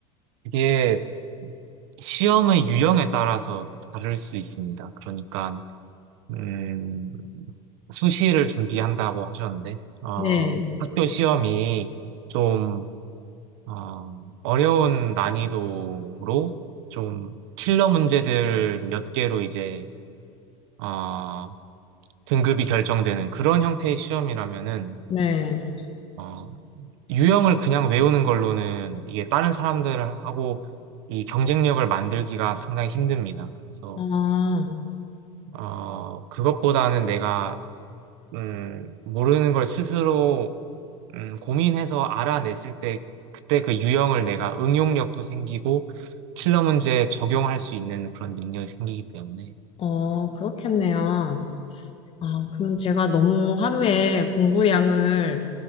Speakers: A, on the right; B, on the left.
A: 이게 시험의 유형에 따라서 다를 수 있습니다. 그러니까 음, 수시를 준비한다고 하셨는데 어,
B: 네,
A: 학교 시험이 좀 어, 어려운 난이도로 좀 킬러 문제들 몇 개로 이제 어, 등급이 결정되는 그런 형태의 시험이라면은
B: 네.
A: 어, 유형을 그냥 외우는 걸로는 이게 다른 사람들하고 이 경쟁력을 만들기가 상당히 힘듭니다. 그래서
B: 어.
A: 어, 그것보다는 내가 음, 모르는 걸 스스로 음, 고민해서 알아냈을 때 그때 그 유형을 내가 응용력도 생기고 킬러 문제에 적용할 수 있는 그런 능력이 생기기 때문에
B: 어, 그렇겠네요. 아, 그럼 제가 너무 하루에 공부량을